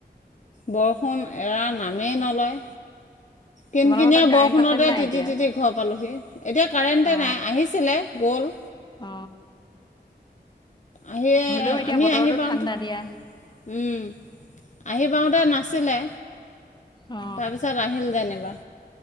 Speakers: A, on the left; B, on the left.
A: বৰষুণ এৰাৰ নামেই নলয়, কিন
B: তোমালোকৰ
A: কিনিয়ীয়া
B: তাত কাৰেণ্ট
A: বৰষুণতে
B: আছে নে নাই
A: তিতি
B: এতিয়া
A: তিতি ঘৰ পালোহি এতিয়া কাৰেণ্টে
B: অ
A: নাই। আহিছিলে গ'ল।
B: অ
A: আহি
B: হ'লেও এতিয়া
A: আমি
B: বতৰটো
A: আহি পাওঁতে
B: ঠাণ্ডা দিয়া
A: উম আহি পাওঁতে নাছিলে।
B: অ
A: তাৰ পিছত আহিল যেনিবা!